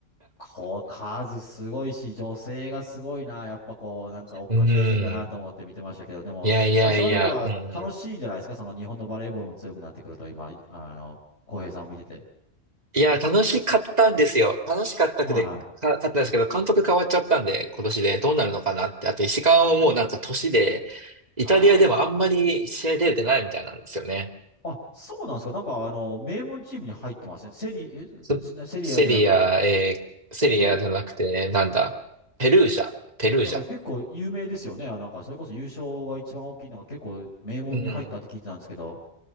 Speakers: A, on the left; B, on the right.
A: こう、数すごいし、女性がすごいな。やっぱこう、なんか追っかけがいるんだなと思って見てましたけど、
B: うん。
A: でも、
B: いやいやいや、
A: だからそういう意味では楽しいんじゃないですか。
B: うんうん。
A: その日本のバレーボールも強くなってくると、今、あの、浩平さんを見てて。
B: いや、楽しかったんですよ。楽しかったくて、
A: はいはい。
B: か、かったんですけど、監督変わっちゃったんで、今年でどうなるのかなって。あと、石川をもうなんか年で、イタリアではあんまり試合出れてないみたいなんですよね。
A: ああ。あ、そうなんですか。なんかあの、名門チームに入ってません。セリ、え、
B: そセリア、
A: セリアじゃなくて、
B: えーセリアじゃなくて、
A: の、
B: なんだ、ペルージャ、ペルージャ。
A: なんか結構有名ですよね。あ、なんかそれこそ優勝が一番大きいのが結構名門に入ったって聞いてたんですけど。
B: うん。